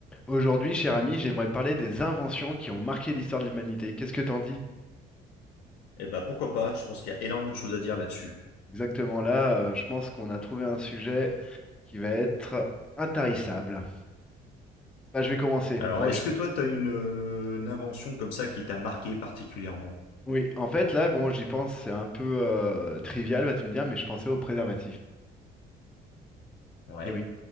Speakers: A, in the centre; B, on the left (about 80°).
A: Aujourd'hui, cher ami, j'aimerais parler des inventions qui ont marqué l'histoire de l'humanité. Qu'est-ce que t'en dis?
B: Eh ben, pourquoi pas? Je pense qu'il y a énormément de choses à dire là-dessus.
A: Exactement là, euh, je pense qu'on a trouvé un sujet qui va être intarissable. Bah, je vais commencer.
B: Alors,
A: Bon,
B: est-ce
A: je-
B: que toi, tu as une, euh, une invention comme ça qui t'a marqué particulièrement?
A: oui, en fait, là, bon, j'y pense, c'est un peu euh, trivial, vas-tu me dire, mais je pensais au préservatif.
B: Ouais.
A: Eh oui.